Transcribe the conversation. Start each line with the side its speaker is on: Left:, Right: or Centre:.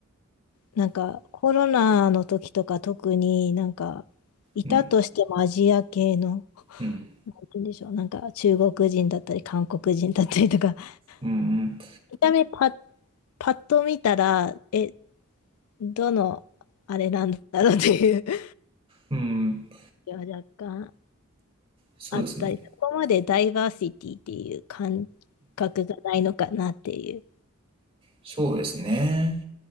Left: なんかコロナの時とか特になんかいたとしてもアジア系の、
Right: うん、うん、
Left: なんて言うんでしょう、なんか中国人だったり韓国人だったりとか、<laughs>
Right: うん、
Left: 見た目パッ、パッと見たら、え、どのあれなんだろうっていう感
Right: うん、うん、
Left: じは若干
Right: そうですね。
Left: あったり、そこまでダイバーシティっていう感覚がないのかなっていう。
Right: そうですね。